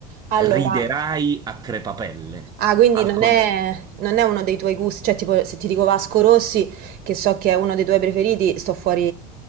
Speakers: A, on the right; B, on the right.
A: Allora,
B: Riderai a crepapelle.
A: ah, quindi
B: al
A: non
B: concerto.
A: è, non è uno dei tuoi gusti, cioè tipo se ti dico Vasco Rossi, che so che è uno dei tuoi preferiti, sto fuori...